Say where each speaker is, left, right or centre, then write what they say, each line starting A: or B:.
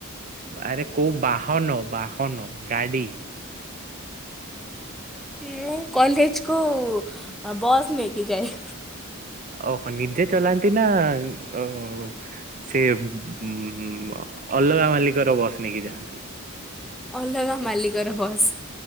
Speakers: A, on the right; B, in the centre.
A: ଆରେ କୋଉ ବାହନ ବାହନ ଗାଡି
B: ମୁଁ କଲେଜକୁ ବସ୍ ନେଇକି ଯାଏ।
A: ଓହୋ ନିଜେ ଚଲାନ୍ତି ନା ଅ ସେ ହୁଁ ହୁଁ ଅଲଗା ମାଲିକର ବସ୍ ନେଇକି ଯାଆନ୍ତି।
B: ଅଲଗା ମାଲିକର ବସ୍